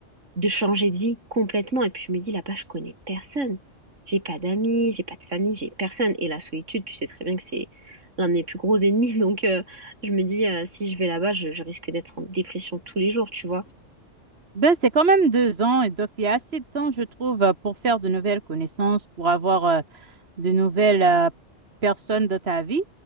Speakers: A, on the right; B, on the right.
A: de changer de vie complètement. Et puis je me dis, là-bas, je connais personne. J'ai pas d'amis, j'ai pas de famille, j'ai personne. Et la solitude, tu sais très bien que c'est l'un de mes plus gros ennemis. <laughs> Donc euh, je me dis, euh, si je vais là-bas, je, je risque d'être en dépression tous les jours, tu vois.
B: Ben, c'est quand même deux ans et donc il y a assez de temps, je trouve, euh, pour faire de nouvelles connaissances, pour avoir euh, de nouvelles euh, personnes dans ta vie.